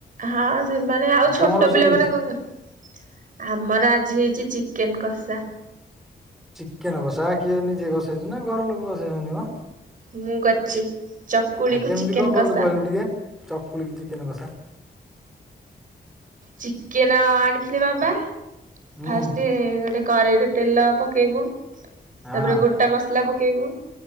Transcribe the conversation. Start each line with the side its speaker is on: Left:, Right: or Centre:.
Right: ହଁ ସେମାନେ ଆଉ ଛୋଟ
Centre: କଣ ରୋଷେଇ
Right: ପିଲା
Centre: ହେଇଛି?
Right: ମାନେ କଁ କରିବେ? ଆମର ଆଜି ହେଇଛି ଚିକେନ କଷା।
Centre: ଚିକେନ କଷା କିଏ, ନିଜେ କସେଇ ଛୁ ନା ଘର ଲୋକ କସେଇ ଛନ୍ତି ମ?
Right: ମୁଁ କରିଛି, ଚକୁଳିକୁୁ
Centre: ଆ କେମିତି
Right: ଚିକେନ
Centre: କଣ କଲୁ
Right: କଷା।
Centre: କହିଲୁ ଟିକେ? ଚକୁଳିକି କି ଚିକେନ କଷା।
Right: ଚିକେନ ଆଣିଥିଲେ ବାବା
Centre: ହୁଁ
Right: ଫାଷ୍ଟ ଗୋଟେ। କରେଇରେ ତେଲ ପକେଇବୁ। ତାପରେ
Centre: ହଁ
Right: ଗୋଟା ମସଲା ପକେଇବୁ।